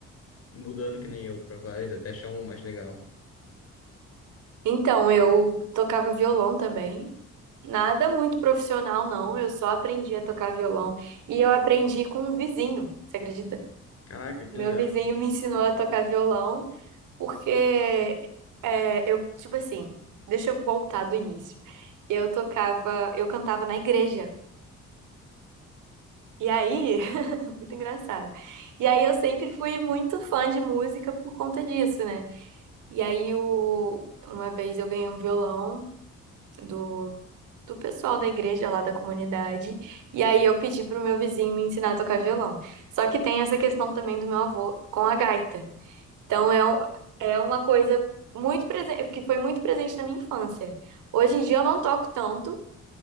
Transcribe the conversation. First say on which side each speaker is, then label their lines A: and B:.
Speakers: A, on the left; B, on the right.
A: mudando que nem eu pra vários até achar um mais legal?
B: Então, eu tocava violão também. Nada muito profissional, não. Eu só aprendi a tocar violão e eu aprendi com um vizinho, você acredita?
A: Caraca, que
B: O meu
A: legal.
B: vizinho me ensinou a tocar violão porque é, eu, tipo assim, deixa eu voltar do início. Eu tocava, eu cantava na igreja. E aí, <laughs> muito engraçado. E aí eu sempre fui muito fã de música por conta disso, né? E aí o, uma vez eu ganhei um violão do do pessoal da igreja lá da comunidade. E aí eu pedi pro meu vizinho me ensinar a tocar violão. Só que tem essa questão também do meu avô com a gaita. Então é, um- é uma coisa muito presente, que foi muito presente na minha infância. Hoje em dia eu não toco tanto,